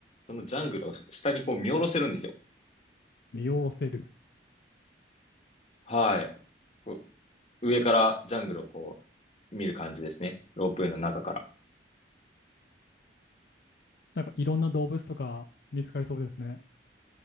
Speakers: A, on the left; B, on the left.
A: そのジャングルを下にこう見下ろせるんですよ。
B: 見下ろせる。
A: はい。こう上からジャングルをこう見る感じですね。ロープウェイの中から。
B: なんかいろんな動物とか見つかりそうですね。